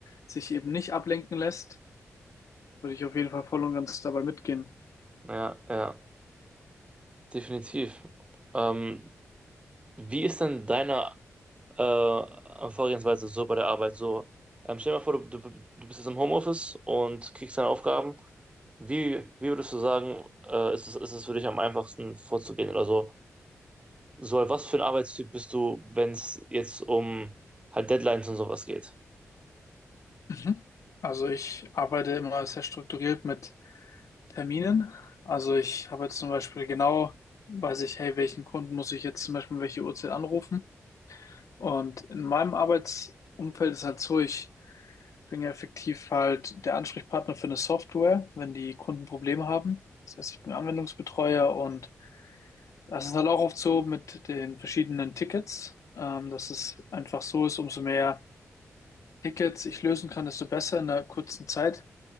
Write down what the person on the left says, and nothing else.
sich eben nicht ablenken lässt. Würde ich auf jeden Fall voll und ganz dabei mitgehen.
Mhm. Also ich arbeite immer sehr strukturiert mit Terminen. Also ich habe jetzt zum Beispiel genau, weiß ich, hey, welchen Kunden muss ich jetzt zum Beispiel um welche Uhrzeit anrufen? Und in meinem Arbeitsumfeld ist halt so, ich bin ja effektiv halt der Ansprechpartner für eine Software, wenn die Kunden Probleme haben. Das heißt, ich bin Anwendungsbetreuer und das ist halt auch oft so mit den verschiedenen Tickets, ähm, dass es einfach so ist, umso mehr Tickets ich lösen kann, desto besser in einer kurzen Zeit.